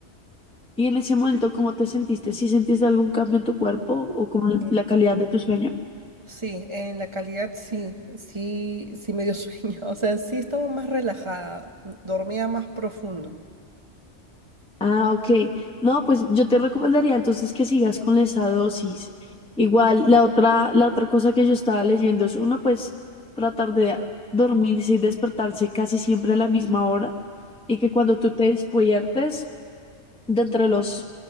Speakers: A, in the centre; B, on the right.
A: Y en ese momento, ¿cómo te sentiste? ¿Si sentiste algún cambio en tu cuerpo o como en
B: Sí,
A: la calidad de tu sueño?
B: Sí, en la calidad sí, sí, sí me dio sueño, <laughs> o sea, sí estaba más relajada, dormía más profundo.
A: Ah, ok. No, pues yo te recomendaría entonces que sigas con esa dosis. Igual, la otra, la otra cosa que yo estaba leyendo es uno, pues tratar de dormirse y despertarse casi siempre a la misma hora y que cuando tú te despiertes, dentro de los,